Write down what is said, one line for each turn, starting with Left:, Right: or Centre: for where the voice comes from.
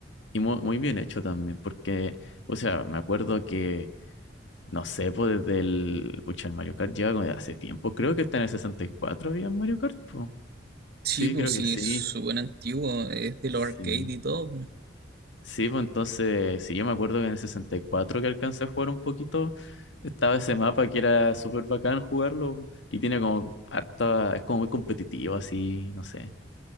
Left: Y mu- muy, bien hecho también, porque, o sea, me acuerdo que, no sé, pues desde el, pucha, el Mario Kart lleva como de hace tiempo. Creo que está en el 64 había Mario Kart, po.
Right: Sí,
Left: Sí,
Right: pues
Left: creo
Right: sí,
Left: que sí.
Right: es súper antiguo, es de
Left: Sí.
Right: los arcade y todo. pues.
Left: Sí, pues entonces, sí, yo me acuerdo que en el 64 que alcancé a jugar un poquito, estaba ese mapa que era súper bacán jugarlo y tiene como harta, es como muy competitivo así, no sé.